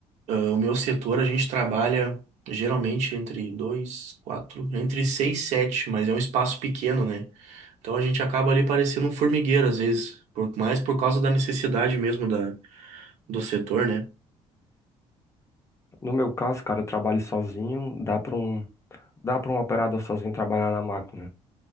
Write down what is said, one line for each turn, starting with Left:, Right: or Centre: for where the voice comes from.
Right: Ah, o meu setor, a gente trabalha geralmente entre dois, quatro, entre seis, sete, mas é um espaço pequeno, né? Então a gente acaba ali parecendo um formigueiro às vezes, por, mais por causa da necessidade mesmo da, do setor, né?
Left: No meu caso, cara, eu trabalho sozinho, dá para um, dá para um operador sozinho trabalhar na máquina.